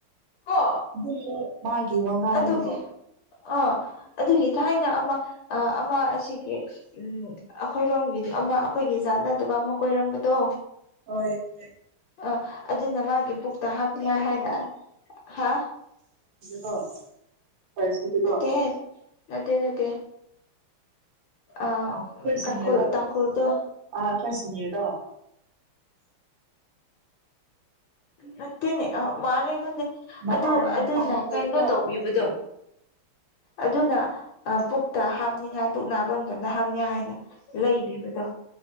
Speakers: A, on the left; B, on the right.
A: ꯀꯣ
B: ꯑꯗꯨ ꯃꯥꯒꯤ ꯋꯉꯥꯡꯗꯣ
A: ꯑꯗꯨꯒꯤ ꯑꯥ ꯑꯗꯨꯒꯤ ꯊꯥꯏꯅ ꯑꯃ ꯑ ꯑꯃ ꯑꯁꯤꯒꯤꯒ ꯎꯝ ꯑꯩꯈꯣꯏꯔꯣꯝꯒꯤ ꯑꯃ ꯑꯩꯈꯣꯏꯒꯤ ꯖꯥꯠꯅꯗꯕ ꯑꯃ ꯀꯣꯏꯔꯝꯕꯗꯣ
B: ꯍꯣꯏ ꯍꯣꯏ
A: ꯑ ꯑꯗꯨꯅ ꯃꯥꯒꯤ ꯄꯨꯛꯇ ꯍꯥꯞꯅꯤꯉꯥꯏ ꯍꯥꯏꯅ ꯍꯥ
B: ꯀꯣ ꯐꯔꯁꯀꯤꯗꯤꯀꯣ
A: ꯅꯠꯇꯦꯍꯦ ꯅꯠꯇꯦ ꯅꯠꯇꯦ ꯑ
B: ꯑꯩꯈꯣꯏ ꯁꯤꯅꯤꯌꯔꯗꯣ
A: ꯇꯥꯡꯀꯨꯜ ꯇꯥꯡꯀꯨꯜꯗ
B: ꯑꯥ ꯁꯤꯅꯤꯌꯔꯗꯣ
A: ꯅꯠꯇꯦꯅꯦ ꯃꯥꯜꯂꯦ
B: ꯃꯄꯥꯟ
A: ꯑꯗꯨ
B: ꯃꯄꯥꯟꯗ
A: ꯑꯗꯨꯅ
B: ꯂꯩꯕꯗꯣ
A: ꯀꯩꯅꯣ ꯇꯧꯕꯤꯕꯗꯣ ꯑꯗꯨꯅ ꯄꯨꯛꯇ ꯍꯥꯞꯅꯤꯡꯉꯥꯏ ꯄꯨꯛ ꯅꯥꯐꯝ ꯑꯗꯨꯇ ꯍꯥꯞꯅꯤ ꯍꯥꯏꯅ ꯂꯩꯕꯤꯕꯗꯣ